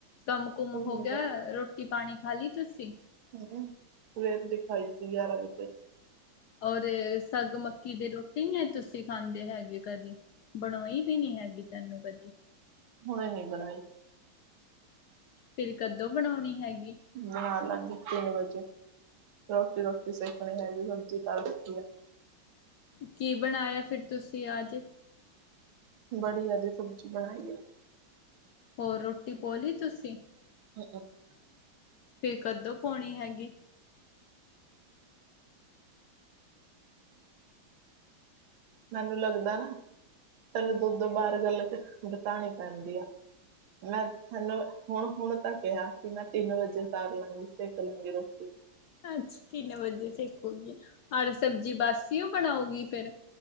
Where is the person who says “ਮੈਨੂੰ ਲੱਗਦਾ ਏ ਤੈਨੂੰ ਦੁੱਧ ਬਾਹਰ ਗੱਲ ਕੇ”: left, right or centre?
Right